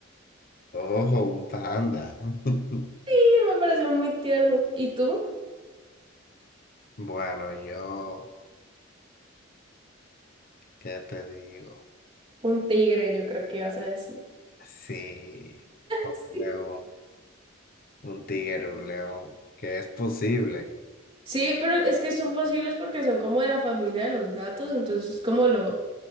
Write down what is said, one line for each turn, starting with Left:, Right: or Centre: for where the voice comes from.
Left: Ojo, un panda. <laughs>
Right: Sí, me parece muy tierno. ¿Y tú?
Left: Bueno, yo, ¿qué te digo?
Right: Un tigre, yo creo que vas a decir.
Left: Sí, un
Right: Sí,
Left: león, un tigre, un león, que es posible.
Right: Sí, pero es que son posibles porque son como de la familia de los gatos, entonces como lo...